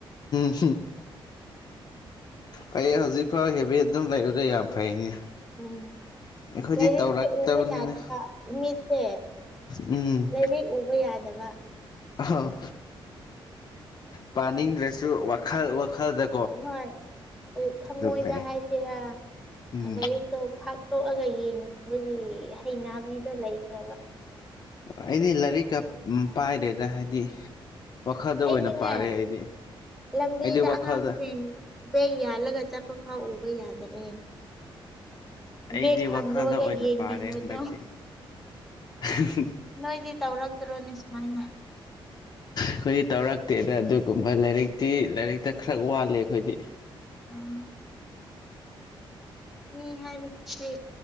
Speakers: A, on the left; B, in the centre.
A: ꯎꯝ ꯐꯩꯌꯦ ꯍꯧꯖꯤꯛꯐꯥꯎ ꯍꯦꯕꯤꯠ ꯑꯗꯨꯝ ꯂꯩꯔꯤꯗꯦ ꯌꯥꯝ ꯐꯩꯅꯦ
B: ꯎꯝ
A: ꯑꯩꯈꯣꯏꯗꯤ
B: ꯂꯥꯏꯔꯤꯛꯁꯦ
A: ꯇꯧꯔꯛꯇꯕꯅꯤꯅ
B: ꯎꯕ ꯌꯥꯗꯕ ꯃꯤꯠꯁꯦ
A: ꯎꯝ
B: ꯂꯥꯏꯔꯤꯛ ꯎꯕ ꯌꯥꯗꯕ
A: ꯑ ꯄꯥꯅꯤꯡꯗ꯭ꯔꯁꯨ ꯋꯥꯈꯜ ꯋꯥꯈꯜꯗ
B: ꯍꯣꯏ ꯊꯃꯣꯏꯗ
A: ꯐꯩ
B: ꯍꯥꯏꯁꯤꯔꯥ
A: ꯎꯝ
B: ꯂꯥꯏꯔꯤꯛꯇꯣ ꯐꯥꯛꯇꯣꯛꯑꯒ ꯌꯦꯡꯅꯤꯡꯕꯗꯤ ꯍꯩꯅꯩꯅꯅꯥꯕꯤꯗ ꯂꯩꯈ꯭ꯔꯕ
A: ꯑꯩꯗꯤ ꯂꯥꯏꯔꯤꯛꯀ ꯄꯥꯏꯗꯔꯦꯗ ꯍꯥꯏꯗꯤ ꯋꯥꯈꯜꯗ
B: ꯑꯩꯗꯤꯅꯦ
A: ꯑꯣꯏꯅ ꯄꯥꯔꯦ ꯑꯩꯗꯤ
B: ꯂꯝꯕꯤꯗ
A: ꯑꯩꯗꯤ ꯋꯥꯈꯜꯗ
B: ꯑꯉꯥꯡꯁꯤꯡ ꯕꯦꯛ ꯌꯥꯂꯒ ꯆꯠꯄꯐꯥꯎꯕ ꯌꯥꯗꯅꯦ
A: ꯑꯩꯗꯤ
B: ꯕꯦꯛ ꯍꯥꯡꯗꯣꯛꯑꯒ
A: ꯋꯥꯈꯜꯗ ꯑꯣꯏꯅ
B: ꯌꯦꯡꯅꯤꯡꯕꯗꯣ
A: ꯄꯥꯔꯦ ꯍꯟꯗꯛꯇꯤ <unintelligible>
B: ꯅꯣꯏꯗꯤ ꯇꯧꯔꯛꯇ꯭ꯔꯣꯅꯦ ꯁꯨꯃꯥꯏꯅ
A: ꯑꯩꯈꯣꯏꯗꯤ ꯇꯧꯔꯛꯇꯦꯗ ꯑꯗꯨꯒꯨꯝꯕ ꯂꯥꯏꯔꯤꯛꯇꯤ ꯂꯥꯏꯔꯤꯛꯇ ꯈꯔ ꯋꯥꯠꯂꯦ ꯑꯩꯈꯣꯏꯗꯤ
B: ꯑꯥ ꯃꯤ ꯍꯥꯏꯕꯁꯤꯗꯤ